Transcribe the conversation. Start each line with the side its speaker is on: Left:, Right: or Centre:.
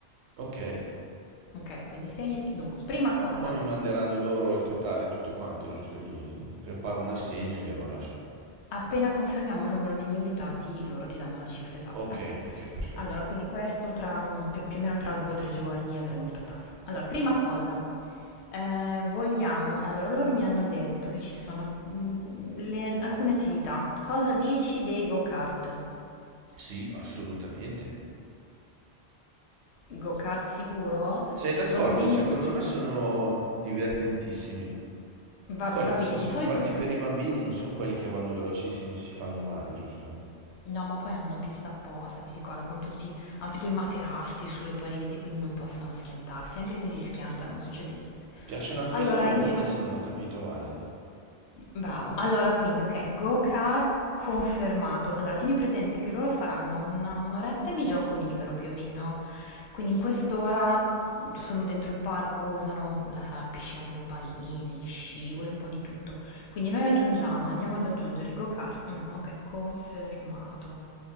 Right: Ok.
Left: Okay, quindi segnati dunque, prima cosa,
Right: Poi mi manderanno loro il totale, tutto quanto, giusto? Gli gli preparo un assegno e glielo lascio.
Left: appena confermiamo il numero degli invitati, loro ti danno la cifra esatta.
Right: Ok, ok, perfetto.
Left: Allora, quindi questo tra, mhmm, più più o meno tra 2, 3 giorni avremo il totale. Allora, prima cosa, ehm, vogliamo eh, allora loro mi hanno detto che ci sono, mhmm, le alcune attività. Cosa dici dei go-kart?
Right: Sì, assolutamente.
Left: Go-kart sicuro?
Right: Sei d'accordo?
Left: Sono 20...
Right: Secondo me sono divertentissimi.
Left: Va,
Right: Poi,
Left: va bene,
Right: se
Left: di
Right: sono
Left: solito...
Right: fatti per i bambini, non sono quelli che vanno velocissimo, si fanno male, giusto?
Left: No, ma poi hanno una pista apposta, ti ricordo, con tutti... Hanno tipo i materassi sulle pareti, quindi non possono schiantarsi. Anche se si schiantano non succede niente.
Right: Piacciono anche
Left: Allora
Right: alle bambine,
Left: io...
Right: se non ho capito male.
Left: Bravo. Allora quindi, okay, go-kart confermato. Allora tieni presente che loro faranno una 1 oretta di gioco libero più o meno. Quindi in quest'ora mm, sono dentro il parco, usano la sala piscina con le palline, gli scivoli, un po' di tutto. Quindi noi aggiungiamo, andiamo ad aggiungere go-kart. Mm, ok, confermato.